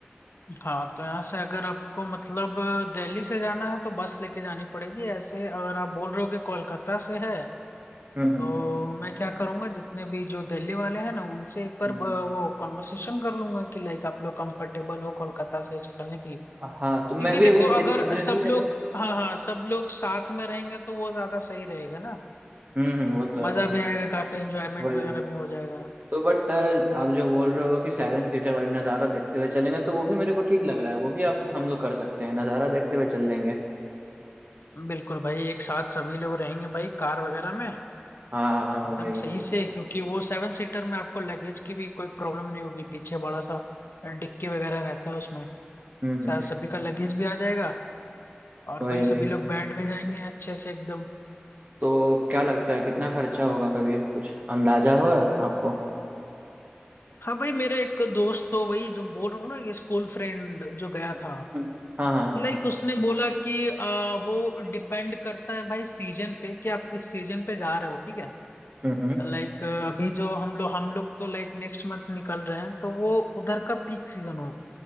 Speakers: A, on the left (about 70°); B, on the right (about 45°).
A: हाँ तो यहाँ से अगर आपको मतलब दिल्ली से जाना है तो बस लेके जानी पड़ेगी ऐसे अगर आप बोल रहे हो कि कोलकाता से है
B: हम्म
A: तो मैं क्या करूंगा जितने भी जो दिल्ली वाले हैं ना उनसे एक बार
B: हम्म,
A: अ,
B: हम्म।
A: वो कॉन्वर्सेशन कर लूंगा कि लाइक आप लोग कंफर्टेबल हो कोलकाता से चलने के लिए
B: हाँ तो मैं
A: क्योंकि
B: भी
A: देखो
B: एक बार देख
A: अगर
B: मैं
A: सब
B: भी
A: लोग हाँ हाँ सब लोग साथ में रहेंगे तो वो ज्यादा सही रहेगा ना
B: हम्म हम्म वो तो
A: मजा
B: है
A: भी आएगा काफी एंजॉयमेंट
B: वही
A: वगैरह भी हो जाएगा
B: तो बट आप जो बोल रहे हो कि सेवन सीटर वाली नज़ारा देखते हुए चलेंगे तो वो भी मेरे को ठीक लग रहा है वो भी आप हम लोग कर सकते हैं नज़ारा देखते हुए चल लेंगे
A: बिल्कुल भाई एक साथ सभी लोग रहेंगे भाई कार वगैरह में
B: हाँ हाँ
A: एकदम
B: वही
A: सही से क्योंकि वो सेवन सीटर में आपको लगेज की भी कोई प्रॉब्लम नहीं होगी पीछे बड़ा सा डिक्की वगैरह रहता है उसमें
B: हम्म हम्म
A: सब सभी का लगेज भी आ जाएगा और
B: वही
A: भाई
B: वही
A: सभी लोग बैठ भी जाएंगे अच्छे से एकदम
B: तो क्या लगता है कितना खर्चा होगा कभी कुछ अंदाजा हुआ है आपको
A: हाँ भाई मेरा एक दोस्त तो वही जो बोल रहा हूँ ना ये स्कूल फ्रेंड जो गया
B: हम्म,
A: था
B: हम्म। हाँ हाँ
A: तो
B: हाँ
A: लाइक उसने बोला कि आ, वो डिपेंड करता है भाई सीजन पे कि आप किस सीजन पे जा रहे हो ठीक है
B: हम्म हम्म
A: लाइक अभी जो हम लोग हम लोग तो लाइक नेक्स्ट मंथ निकल रहे हैं तो वो उधर का पीक सीजन हो